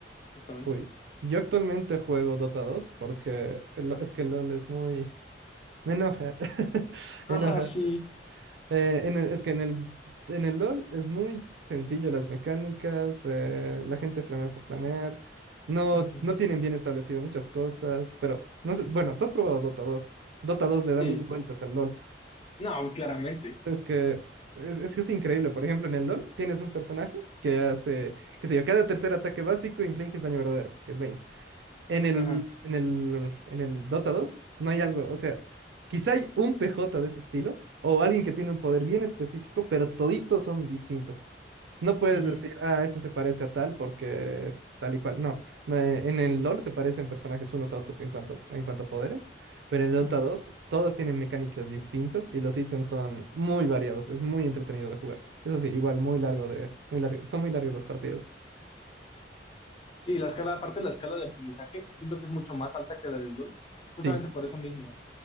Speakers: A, on the left (about 30°); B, on the right (about 70°).
A: justamente.
B: uy. Yo actualmente juego Dota dos porque el- es que LOL es muy... Me enoja. <laughs>
A: Ajá,
B: Enoja.
A: sí.
B: Eh, en el- es que en el, en el LOL es muy s- sencillo las mecánicas, eh, la gente flamea por flamear, no,
A: Ujú.
B: no tienen bien establecidas muchas cosas, pero no sé, bueno, tú has probado Dota dos Dota dos le da
A: Sí.
B: mil vueltas al LOL.
A: No, claramente.
B: Es que es, es que es increíble. Por ejemplo, en el LoL tienes un personaje que hace, qué sé yo, cada tercer ataque básico infliges daño verdadero, que es Vayne. En el,
A: Ajá.
B: en el, en el Dota dos no hay algo, o sea, quizá hay un PJ de ese estilo o alguien que tiene un poder bien específico, pero toditos son distintos. No puedes
A: Ujú.
B: decir, ah, este se parece a tal porque tal y cual. No, no, eh, en el LoL se parecen personajes unos a otros en cuanto, en cuanto a poderes, pero en el
A: Ujú.
B: Dota dos todos tienen mecánicas distintas y los ítems son muy variados. Es muy entretenido de jugar. Eso sí, igual muy largo de, muy largo, son muy largas las partidas.
A: Sí, la escala, aparte de la escala de aprendizaje, siento que es mucho más alta que la del LOL,
B: Sí.
A: justamente por eso mismo.